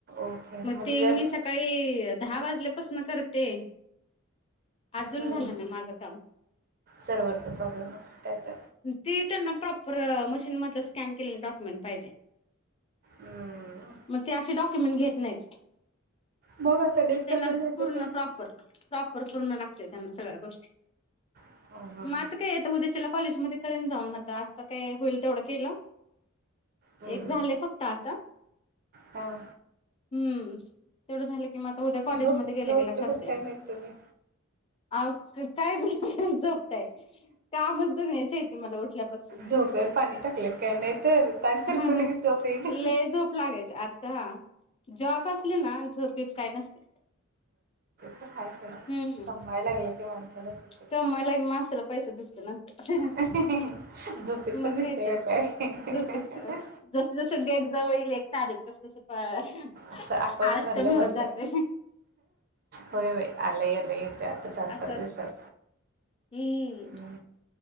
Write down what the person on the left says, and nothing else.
मग
ते
मी सकाळी दहा वाजल्यापासनं करते अजून
झालं नाही माझं कामं
ती त्यांना प्रॉपर मशीन मधलं स्कॅन केलेलं डॉक्युमेंट पाहिजेयं.
मग ते अशे डॉक्युमेंट घेत नाहीत.
त्यांना
पूर्ण
प्रॉपर प्रॉपर पूर्ण लागतं त्यांना सगळ्या गोष्टी,
म आता काय येत उद्याशला कॉलेजमध्ये करेन जाऊन आता आता काय होईल तेवढं केलं.
एक झालंय फक्त आता,
हम्म तेवढं झालंय हे म ग आता उद्या कॉलेजमध्ये
गेल्या
गेल्या करते.
आओ काय झालंय झोपताय कामं दुनियाची आहे ती मला उठल्यात असं
हम् हम्
लई झोप लागायची आतां जॉब असली ना झोप बीब काय नसते.
हम्म
कमवायला माणसाला पैसा दिसतो नंतर
मग
काय तर
झोपेत जस जसं डेट जवळ येइल एक तारीख तसं तसं
आळस
कमी होत
जातयं.
असं अस हम्म